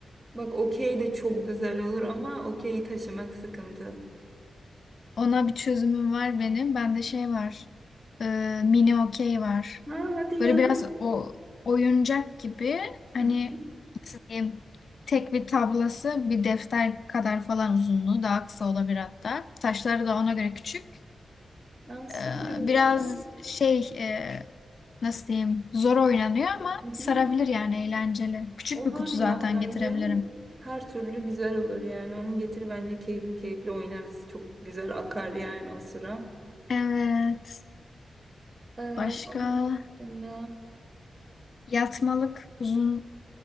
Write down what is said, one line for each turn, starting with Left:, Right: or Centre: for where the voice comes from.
Right: bak okey de çok güzel olur ama okeyi taşımak sıkıntı.
Left: Ona bir çözümüm var benim. Bende şey var. Ee, mini okey var.
Right: Ha hadi
Left: Böyle
Right: ya.
Left: biraz o oyuncak gibi hani
Right: <laughs>
Left: nasıl diyeyim tek bir tablası bir defter kadar falan uzunluğu daha kısa olabilir hatta. Taşları da ona göre küçük.
Right: Ha, süper
Left: Ee,
Right: o
Left: biraz
Right: zaman.
Left: şey e, nasıl diyeyim zor oynanıyor ama
Right: Hı
Left: sarabilir
Right: hı.
Left: yani eğlenceli. Küçük
Right: Olur
Left: bir kutu
Right: ya
Left: zaten
Right: bence
Left: getirebilirim.
Right: her türlü güzel olur yani onu getir bence keyifli keyifli oynarız çok güzel akar yani o sıra.
Left: Evet.
Right: Ee,
Left: Başka
Right: onun dışında...
Left: yatmalık uzun